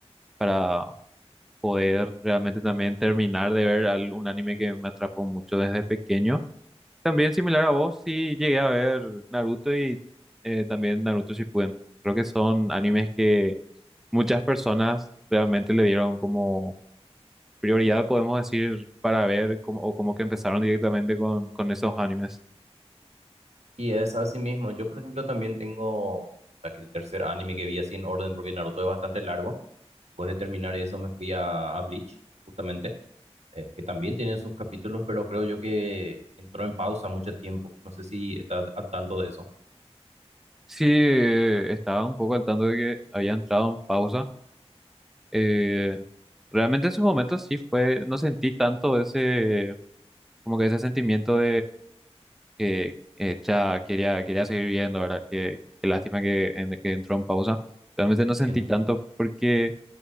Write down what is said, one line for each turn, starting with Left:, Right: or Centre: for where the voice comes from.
Centre: Para poder realmente también terminar de ver al- un anime que me atrapó mucho desde pequeño. También similar a vos, sí llegué a ver Naruto y eh, también Naruto Shippuden. Creo que son animes que muchas personas realmente le dieron como prioridad, podemos decir, para ver como, o como que empezaron directamente con, con esos animes.
Right: Y es así mismo. Yo, por ejemplo, también tengo... O sea, que el tercer anime que vi así en orden, porque Naruto es bastante largo. Después de terminar eso, me fui a, a Bleach, justamente eh, que también tiene sus capítulos, pero creo yo que entró en pausa mucho tiempo. No sé si estás al tanto de eso.
Centre: Sí, eh, estaba un poco al tanto de que había entrado en pausa. Eh, realmente en su momento sí fue, no sentí tanto ese, como que ese sentimiento eh, eh, ya quería, quería seguir viendo, ¿verdad? Qué, qué lástima que, en- que entró en pausa. Realmente no sentí
Right: ¿entiendes?
Centre: tanto porque